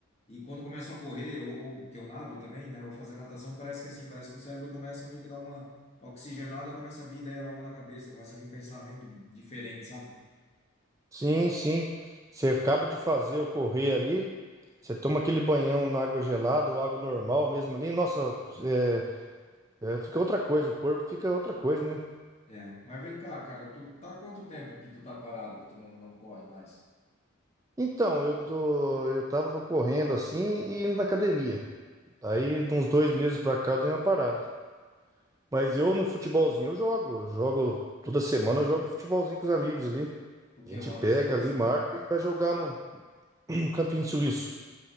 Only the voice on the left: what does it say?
E quando começo a correr, ou, ou que eu nado também, né? Ou fazer natação, parece que assim, parece que o cérebro começa a meio que dar uma oxigenada, começa a vir ideia nova na cabeça, começa a vir pensamento diferente, sabe?
É. Mas vem cá, cara, tu tá há quanto tempo que tu tá parado, que tu não, não corre mais?
O
quê?
Uma
vezinha na
semana?